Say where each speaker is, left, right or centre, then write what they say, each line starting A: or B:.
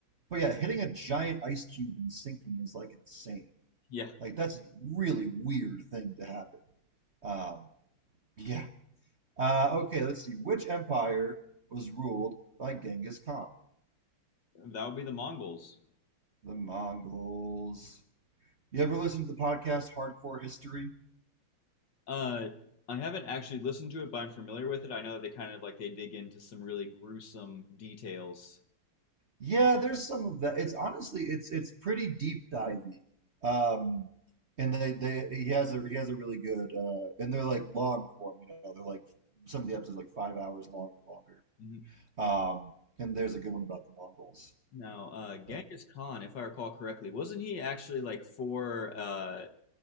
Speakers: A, on the right; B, on the left.
A: But yeah, hitting a giant ice cube and sinking is like insane.
B: Yeah,
A: Like that's a really weird thing to happen. Um, yeah. Uh, okay, let's see. Which empire was ruled by Genghis Khan?
B: that would be the Mongols.
A: The Mongols. You ever listen to the podcast Hardcore History?
B: Uh, I haven't actually listened to it, but I'm familiar with it. I know that they kind of like they dig into some really gruesome details.
A: Yeah, there's some of that. It's honestly, it's it's pretty deep divey. Um, and they they he has a he has a really good uh, and they're like long form. You know, they're like some of the episodes are like five hours long or longer.
B: Mhm.
A: Um, and there's a good one about the Mongols.
B: Now, uh, Genghis
A: Uh,
B: Khan, if I recall correctly, wasn't he actually like for uh,